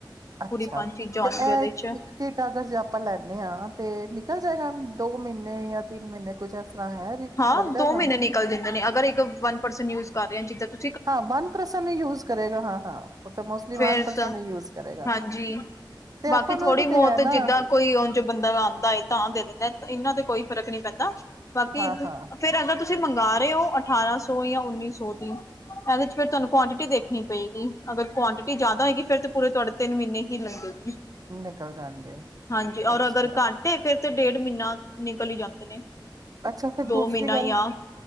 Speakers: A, on the right (about 50°); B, on the left (about 40°).
A: ਅੱਛਾ।
B: ਪੂਰੀ ਪੰਜ ਚੀਜ਼ਾਂ
A: ਤੇ
B: ਆਉਣਗੀਆਂ
A: ਇਹ
B: ਉਹਦੇ ਚ
A: ਇੱਕ ਕਿਟ ਅਗਰ ਜੇ ਆਪਾਂ ਲੈਂਨੇ ਆਂ ਤੇ ਨਿਕਲ ਜਾਏਗਾ ਦੋ ਮੀਨੇਂ ਯਾਂ ਤਿੰਨ ਮੀਨੇਂ ਕੁੱਝ ਇਸਰ੍ਹਾਂ ਹੈ।
B: ਹਾਂ,
A: ਲੱਗਦਾ
B: ਦੋ
A: ਤੁਹਾਨੂੰ
B: ਮੀਨੇਂ ਨਿਕਲ ਜਾਂਦੇ ਨੇ, ਅਗਰ ਇੱਕ ਵਨ ਪਰਸਨ ਯੂਜ਼ ਕਰ ਰਿਆ, ਜਿੱਦਾਂ ਤੁ
A: ਹਾਂ, ਵਨ ਪਰਸਨ ਈ ਯੂਜ਼ ਕਰੇਗਾ। ਹਾਂ ਹਾਂ, ਉਹ ਤਾਂ ਮੋਸਟਲੀ ਵਨ
B: ਫੇਰ
A: ਪਰਸਨ
B: ਤਾਂ
A: ਈ ਯੂਜ਼ ਕਰੇਗਾ।
B: ਹਾਂਜੀ।
A: ਤੇ
B: ਬਾਕੀ
A: ਆਪਾਂ
B: ਥੋੜ੍ਹੀ
A: ਨੂੰ ੲੈ ਵੀ
B: ਬਹੁਤ
A: ਤੇ ਹੈ ਨਾ
B: ਜਿੱਦਾਂ ਕੋਈ ਉਂਝ ਬੰਦਾ ਆਂਦਾ ਏ ਤਾਂ ਦੇ ਦਿੰਦਾ ਏ, ਏਨਾ ਤੇ ਕੋਈ ਫਰਕ ਨਈਂ ਪੈਂਦਾ ਕਿ
A: ਹਾਂ ਹਾਂ
B: ਫੇਰ ਅਗਰ ਤੁਸੀਂ ਮੰਗਵਾ ਰਹੇ ਓ ਅਠਾਰਾਂ ਸੌ ਯਾਂ ਉੱਨੀ ਸੌ ਦੀ। ਇਹਦੇ ਚ ਫਿਰ ਤੁਹਾਨੂੰ ਕੁਆਂਟਿਟੀ ਦੇਖਣੀ ਪਏਗੀ। ਅਗਰ ਕੁਆਂਟਿਟੀ ਜ਼ਿਆਦਾ ਹੋਏਗੀ, ਫਿਰ ਤੇ ਪੂਰੇ ਤੁਹਾਡੇ ਤਿੰਨ ਮਹੀਨੇ ਹੀ ਲੰਗੇਗੀ।
A: ਨਿਕਲ ਜਾਣਗੇ
B: ਹਾਂਜੀ, ਔਰ
A: ਅੱਛਾ
B: ਅਗਰ ਘੱਟ ਏ ਫੇਰ ਤੇ ਡੇੜ ਮਹੀਨਾ ਨਿਕਲ ਈ ਜਾਂਦੇ ਨੇ।
A: ਅੱਛਾ, ਫਿਰ
B: ਦੋ
A: ਦੂਸਰੀ
B: ਮਹੀਨਾ
A: ਗੱਲ,
B: ਜਾਂ